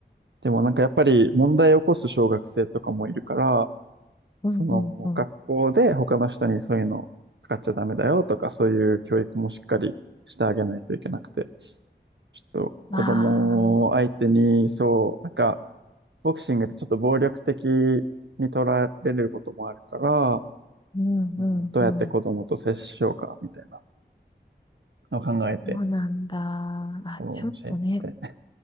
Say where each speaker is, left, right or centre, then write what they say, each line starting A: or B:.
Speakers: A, on the right; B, on the left.
A: でもなんかやっぱり問題を起こす小学生とかもいるから、
B: んうん。
A: その学校で他の人にそういうの使っちゃダメだよとかそういう教育もしっかりしてあげないといけなくて、ちょっと子供を相手にそう、
B: うああ。
A: なんかボクシングってちょっと暴力的に取られることもあるから、
B: うんうんうん。
A: うん、どうやって子供と接しようかみたいなのを考えて、
B: そうなんだ。あ、
A: そう教えてて。
B: ちょっとね、